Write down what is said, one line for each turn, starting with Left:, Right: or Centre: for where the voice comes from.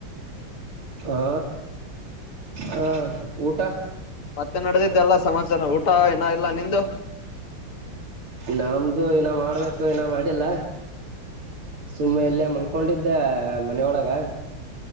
Right: ಹಾ ಹ ಊಟಾ
Left: ಮತ್ತೆ ನಡೆದಿದ್ದ ಎಲ್ಲ ಸಮಾಚಾರ ಊಟ ಏನ ಇಲ್ಲ ನಿಂದು
Right: ನಮ್ದು ಏನ ಮಾಡ್ಬೇಕು ಏನ ಮಾಡಿಲ್ಲಾ ಸುಮ್ಮನೆ ಎಲ್ಲೇ
Left: ಹೌದಾ
Right: ಮಲ್ಕೊಂಡಿದ್ದೆ ಮನೊಳಗ